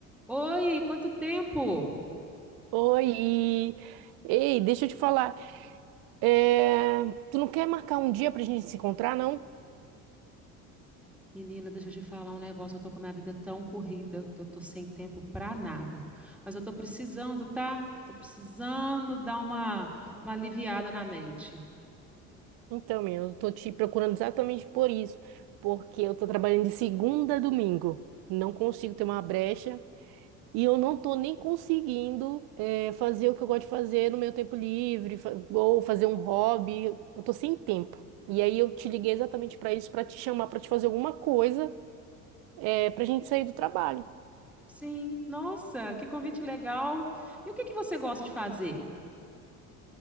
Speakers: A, in the centre; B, on the right.
A: Oi, quanto tempo?
B: Oi! Ei, deixa eu te falar. é, Tu não quer marcar um dia pra gente se encontrar, não?
A: Menina, deixa eu te falar um negócio. Eu tô com a minha vida tão corrida que eu tô sem tempo pra nada. Mas eu tô precisando, tá? Tô precisando dar uma, uma aliviada na mente.
B: Então, menina, eu tô te procurando exatamente por isso. Porque eu tô trabalhando de segunda a domingo. Não consigo ter uma brecha. E eu não tô nem conseguindo é, fazer o que eu gosto de fazer no meu tempo livre, fa- ou fazer um hobby. Eu tô sem tempo. E aí eu te liguei exatamente pra isso, pra te chamar, pra te fazer alguma coisa, é, pra gente sair do trabalho.
A: Sim, nossa, que convite legal. E o que que você gosta de fazer?